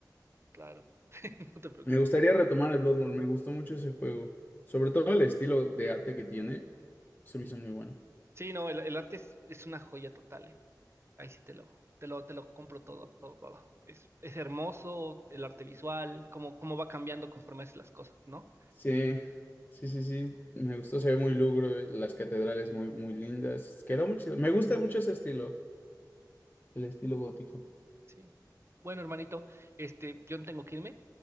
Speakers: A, on the right; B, on the left.
A: Claro, <laughs> no te preocupes.
B: Me gustaría retomar el Bloodborne, me gustó mucho ese juego. Sobre todo el estilo de arte que tiene, se me hizo muy bueno.
A: Sí, no, el, el arte es, es una joya total, ¿eh? Ahí sí te lo, te lo, te lo compro todo, todo, todo. Es, es hermoso el arte visual, cómo, cómo va cambiando conforme haces las cosas, ¿no?
B: Sí, sí, sí, sí, me gustó, se ve muy lugro, eh, las catedrales muy, muy lindas. Quedó muy chido. Me gusta mucho ese estilo, el estilo gótico.
A: Sí. Bueno, hermanito, este, yo no tengo que irme,